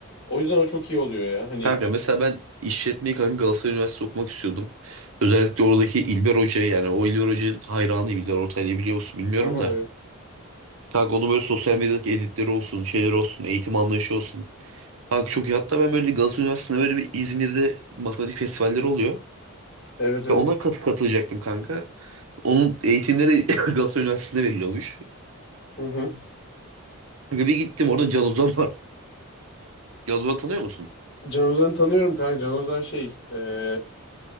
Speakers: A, on the left (about 50°); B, on the right (about 70°).
A: O yüzden o çok iyi oluyor ya. Hani
B: Kanka mesela ben işletmeyi kanka Galatasaray Üniversitesi okumak istiyordum. Özellikle oradaki İlber Hoca yani o İlber Hoca'nın hayranıyım. İlber Ortaylı'yı biliyor musun bilmiyorum
A: Aha,
B: da.
A: evet.
B: Kanka onun böyle sosyal medyadaki editleri olsun, şeyleri olsun, eğitim anlayışı olsun. Kanka çok iyi. Hatta ben böyle Galatasaray Üniversitesi'nde böyle bir İzmir'de matematik festivalleri oluyor.
A: Evet
B: İşte
A: evet.
B: ona katı katılacaktım kanka. Onun eğitimleri <laughs> Galatasaray Üniversitesi'nde veriliyormuş.
A: Hı hı.
B: Kanka bir gittim orada Can Ozan var. Can Ozan'ı tanıyor musun?
A: Can Ozan'ı tanıyorum kanka. Can Ozan şey, e,